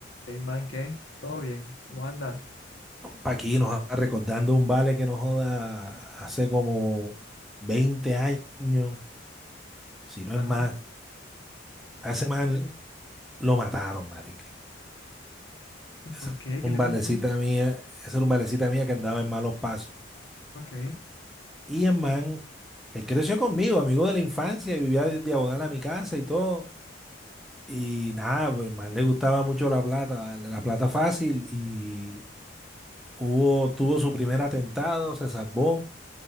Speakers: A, on the left; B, in the centre.
A: Hey man, ¿qué? ¿Todo bien? ¿Cómo andas?
B: Paquí nos está recordando un vale que nos joda hace como 20 años, si no
A: Ajá,
B: es más. A ese
A: ¿en
B: man
A: serio?
B: lo mataron, marica.
A: ¿Y
B: Ese
A: por
B: era
A: qué? ¿Qué
B: un
A: le
B: valecita
A: pasó?
B: mía, ese era un valecita mía que andaba en malos pasos.
A: Ok,
B: Y el man, él creció conmigo, amigo de la infancia, y vivía di- diagonal a mi casa y todo. Y nada, pues el man le gustaba mucho la plata, darle la plata fácil. Y hubo, tuvo su primer atentado, se salvó,